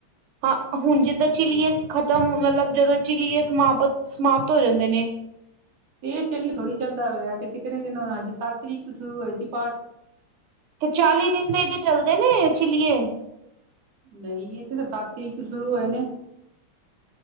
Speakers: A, on the right; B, on the right.
A: ਹਾਂ ਹੁਨ ਜਿੱਦਾਂ ਚਿਲੀਏ ਖਤਮ ਮਤਲਬ ਜਦੋਂ ਚਿਲੀਏ ਸਮਾਪਤ-ਸਮਾਪਤ ਹੋ ਜਾਂਦੇ ਨੇ।
B: ਤੇ ਏ ਚੱਲੀਏ ਥੋੜੀ ਚੱਲਦਾ ਹੋਏਆ ਤੇ ਕਿਤਨੇ ਦਿਨ ਹੋਨਾ ਸੀ, ਸਾੱਤ ਤਰੀਕ ਸ਼ੁਰੂ ਹੋਏ ਸੀ ਪਾਠ।
A: ਤੇ ਚਾਲੀ ਦਿਨ ਦੇ ਈ ਤੇ ਚੱਲਦੇ ਨੇ ਚਿੱਲੀਏ।
B: ਨਹੀਂ ਏਥੇ ਤਾਂ ਸਾੱਤ ਤਰੀਕ ਤੋਂ ਸ਼ੁਰੂ ਹੋਏ ਨੇ।